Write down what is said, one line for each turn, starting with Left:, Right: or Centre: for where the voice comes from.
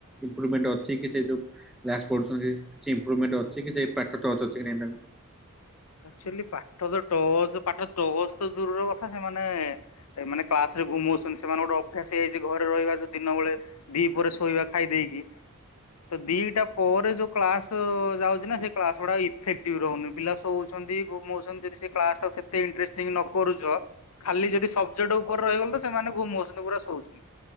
Centre: ଇମ୍ପ୍ରୁଭମେଣ୍ଟ ଅଛି କି ସେ ଯୋଉ କ୍ଲାସ୍ ପଢୁଛନ୍ତି କିଛି ଇମ୍ପ୍ରୁଭମେଣ୍ଟ ଅଛି କି ସେ ପାଠ ଟଚ୍ ଅଛି କି ନାଇଁ ତାଙ୍କର।
Left: ଆକ୍ଚୁଆଲି ପାଠ ତ ଟଚ୍ ପାଠ ଟଚ୍ ତ ଦୂରର କଥା, ସେମାନେ ମାନେ କ୍ଲାସ୍ ରେ ଘୁମୋଉଚନ୍ତି, ସେମାନେ ଗୋଟେ ଅଭ୍ୟାସ ହେଇଯାଇଚି ଘରେ ରହିବା ଯୋଉ ଦିନ ବେଳେ ଦି ପହରେ ଶୋଇବା ଖାଇ ଦେଇକି ତ ଦିଟା ପରେ ଯୋଉ କ୍ଳାସ ଯାଉଚି ନା, ସେ କ୍ଲାସ ଗୁଡା ଇଫେକ୍ଟିଭ୍ ରହୁନି ପିଲା ଶୋଉ ଚନ୍ତି ଘୁମୋଉଚନ୍ତି, ଯଦି ସେ କ୍ଲାସ୍ ଟାକୁ ସେତେ ଇଣ୍ଟ୍ରେଷ୍ଟିଙ୍ଗ ନ କରୁଚ ଖାଲି ଯଦି ସବ୍ଜେକ୍ଟ ଉପରେ ରହିଗଲ ତ ସେମାନେ ଘୁମୋଉଚନ୍ତି ପୁରା ଶୋଉଚନ୍ତି।